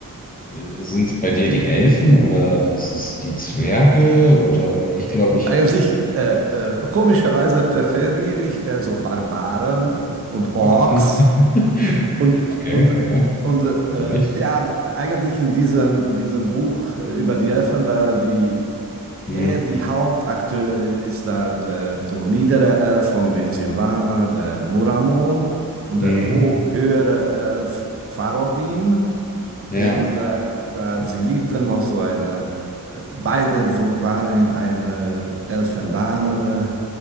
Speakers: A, on the left; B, on the right.
A: sind es bei dir die Elfen oder ist es die Zwerge oder, weil ich glaube, ich,
B: Eigentlich, äh, äh, komischerweise präferiere ich eher so Barbaren und Orks.
A: ah, <laughs>
B: Und,
A: okay,
B: und,
A: ja,
B: und äh,
A: warum nicht?
B: ja, eigentlich in diesem, diesem Buch über die Elfen, da die Er,
A: Hm,
B: die Hauptakteur ist da der so niedere Elf von dem Silvaner, der Nuramon, und
A: hm,
B: der ho höhere Elf Farodin.
A: ja.
B: Und äh, da
A: Fahrrading.
B: sie liebten noch so eine, äh, beide w- waren in einer Elfendame